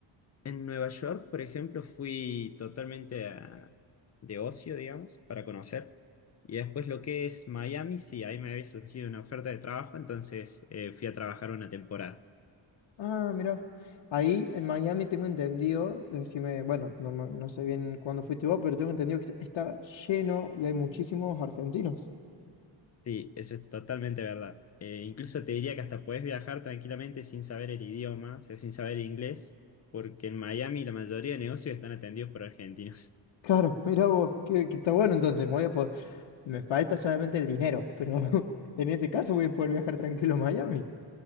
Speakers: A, on the left; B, on the left.
A: En Nueva York, por ejemplo, fui totalmente a- de ocio, digamos, para conocer. Y después lo que es Miami, sí, ahí me había surgido una oferta de trabajo, entonces eh, fui a trabajar una temporada.
B: Ah, mira. Ahí en Miami tengo entendido, decime, bueno, no, me- no sé bien cuándo fuiste vos, pero tengo entendido que está lleno y hay muchísimos argentinos.
A: Sí, eso es totalmente verdad. Eh, incluso te diría que hasta podés viajar tranquilamente sin saber el idioma, o sea, sin saber inglés, porque en Miami la mayoría de negocios están atendidos por argentinos. <laughs>
B: Claro, <laughs> mira vos, que, que está bueno entonces. me Voy a po- Me falta solamente el dinero, pero <laughs> en ese caso voy a poder viajar tranquilo a Miami.